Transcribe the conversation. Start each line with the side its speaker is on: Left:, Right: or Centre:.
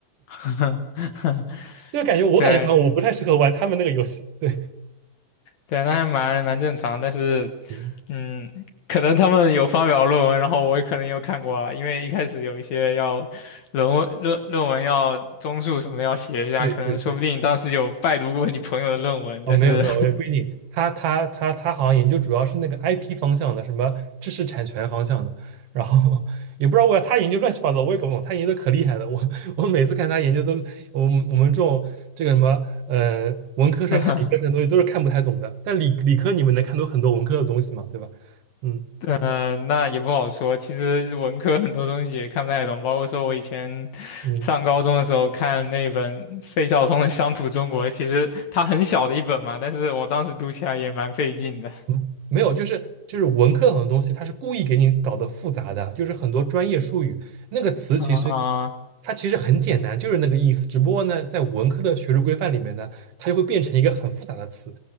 Left: <laughs>
Right: 就感觉我感觉好像我不太适合玩他们那个游戏。
Left: 对。
Right: 对，
Left: 对啊，那还蛮蛮正常，但是，
Right: 嗯，
Left: 嗯，可能他们有发表论文，然后我也可能有看过啊，因为一开始有一些要论文论论文要综述什么的要写一下，
Right: 对对对，
Left: 可能说不定当时有拜读过你朋友的论文，
Right: 哦，
Left: 但是，
Right: 没有没有，也不一定。他他他他好像研究主要是那个 IP 方向的，什么知识产权方向的。然后也不知道为啥他研究乱七八糟，我也搞不懂。他研究的可厉害了，我我每次看他研究都，我们我们这种这个什么呃文科生看理科生的东西都是看不太懂的。
Left: <laughs>
Right: 但理理科你们能看懂很多文科的东西嘛，对吧？嗯
Left: 呃，那也不好说。其实文科很多东西也看不太懂，包括说我以前
Right: 嗯。
Left: 上高中的时候看那本费孝通的《乡土中国》，其实它很小的一本嘛，但是我当时读起来也蛮费劲的
Right: 嗯，没有，就是就是文科很多东西，它是故意给你搞得复杂的，就是很多专业术语，那个词其实
Left: 啊。<laughs>
Right: 它其实很简单，就是那个意思，只不过呢，在文科的学术规范里面呢，它就会变成一个很复杂的词，